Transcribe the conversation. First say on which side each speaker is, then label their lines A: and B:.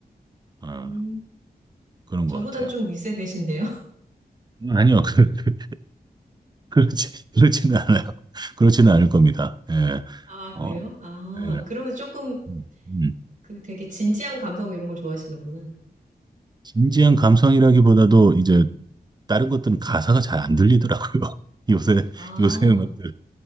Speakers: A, on the right; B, on the right.
A: 어,
B: 음,
A: 그런
B: 저보단
A: 것 같아요.
B: 좀 윗세대신데요? <laughs>
A: 아니요, 그, 그- 그렇지, 그렇지는 않아요. 그렇지는 않을 겁니다. 예,
B: 아, 그래요?
A: 어,
B: 아,
A: 예.
B: 그러면 조금
A: 음, 음.
B: 그 되게 진지한 감성 이런 걸 좋아하시는구나.
A: 진지한 감성이라기보다도 이제 다른 것들은 가사가 잘 안 들리더라고요. <laughs> 요새
B: 아,
A: 요새 음악들.